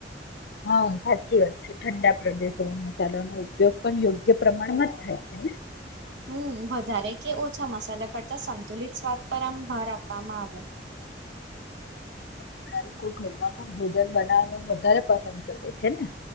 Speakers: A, on the left (about 65°); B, on the right (about 90°).
A: હા સાચી વાત છે ઠંડા પ્રદેશોમાં મસાલાનો ઉપયોગ પણ યોગ્ય પ્રમાણમાં જ થાય છે.
B: <unintelligible>
A: ને
B: હમ. વધારે કે ઓછા મસાલા કરતા સંતુલિત સ્વાદ પર આમ ભાર આપવામાં આવે.
A: ઘણા લોકો ઘરમાં પણ ભોજન બનાવવાનું વધારે પસંદ કરે છે ને